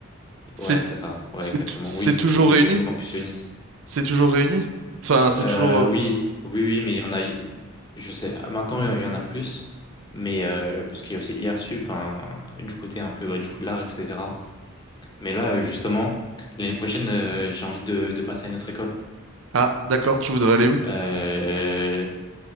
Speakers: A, on the right; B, on the left.
A: c'est
B: Ouais, c'est ça. Ouais,
A: c'est
B: exactement.
A: t- c'est
B: Oui,
A: toujours
B: c'est sous
A: réuni?
B: les campus
A: C'est
B: Ionis.
A: c'est toujours réuni? Enfin, c'est
B: Euh,
A: toujours... euh,
B: oui, oui, oui, mais il y en a, je sais, maintenant il y en a plus, mais euh, parce qu'il y a aussi IRSUP, hein, du côté un peu bah, du coup de l'art, etc. Mais là, euh, justement, l'année prochaine, euh, j'ai envie de, de passer à une autre école,
A: Ah, d'accord, tu voudrais aller où?
B: euh,